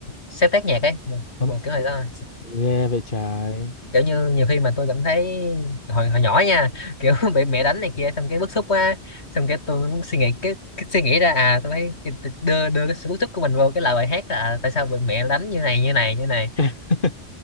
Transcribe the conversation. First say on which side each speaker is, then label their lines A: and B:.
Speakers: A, on the left; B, on the left.
A: sáng tác nhạc ấy, nhưng
B: Sao nó-
A: mà kiểu hồi đó
B: Ghê vậy trời.
A: kiểu như nhiều khi mà tôi cảm thấy hồi hồi nhỏ nha kiểu <laughs> bị mẹ đánh này kia xong cái bức xúc quá xong cái tôi muốn suy nghĩ
B: ừ.
A: cái, cái suy nghĩ ra à tôi phải đưa đưa cái sự bức xúc của mình vô cái lời bài hát là à, tại sao bị mẹ đánh như này như này như này
B: <laughs>